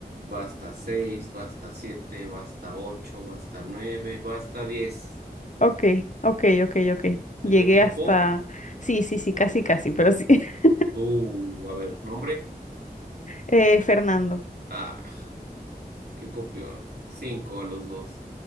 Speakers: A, on the right; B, on the left.
A: basta seis, basta siete, basta ocho, basta nueve, basta diez.
B: ok, ok, ok, ok.
A: ¿Te
B: Llegué
A: dio tiempo?
B: hasta... Sí, sí, sí, casi, casi, pero sí. <laughs>
A: Uh, a ver, nombre.
B: Eh, Fernando.
A: Ah, qué copión. Cinco a los dos.